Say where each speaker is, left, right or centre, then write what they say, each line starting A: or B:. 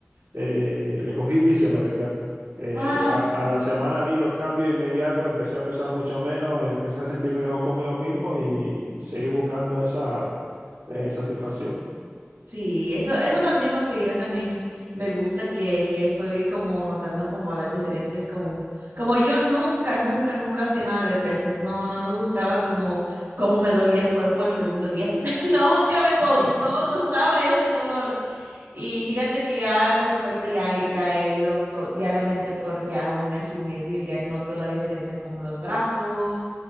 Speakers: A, on the right; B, on the right.
A: eh, le cogí <laughs> vicio, la verdad. Eh,
B: Ah,
A: a,
B: sí.
A: a la semana vi los cambios inmediatos, empecé a pesar mucho menos, empecé a sentirme mejor conmigo mismo y seguí buscando esa eh, satisfacción.
B: Sí, eso, eso también lo que yo también me gusta que, que estoy como notando como las diferencias como, como yo nunca, nunca, nunca hacía nada de pesas. No, no me gustaba como, como me dolía el cuerpo el segundo día. <laughs> Nunca me, co-
A: <laughs>
B: no me gustaba ese dolor. Y fíjate que ya, pues ahorita ya, he- ya he ido to- diariamente por ya un mes y medio y ya noto la diferencia como los brazos.